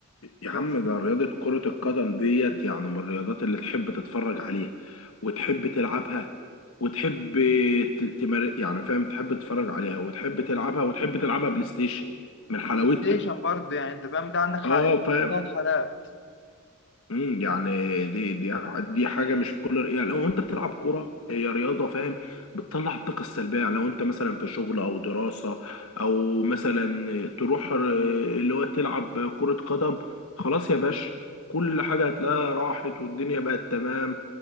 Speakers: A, on the left; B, on the left.
A: يا
B: بس
A: عم ده رياضة كرة القدم ديت يعني من الرياضات اللي تحب تتفرج عليها وتحب تلعبها وتحب ت- تمار يعني فاهم تحب تتفرج عليها وتحب تلعبها وتحب تلعبها بلاي ستيشن من حلاوتها
B: بلاي ستيشن برضه يعني انت فاهم ده عندك حق
A: اه فاهم
B: في حلقات
A: امم يعني دي دي دي حاجه مش في كل يعني لو انت بتلعب كوره هي رياضه فاهم بتطلع الطاقه السلبيه يعني لو انت مثلا في شغل او دراسه او مثلا تروح ر- اللي هو تلعب كره قدم خلاص يا باشا كل حاجه هتلاقيها راحت والدنيا بقت تمام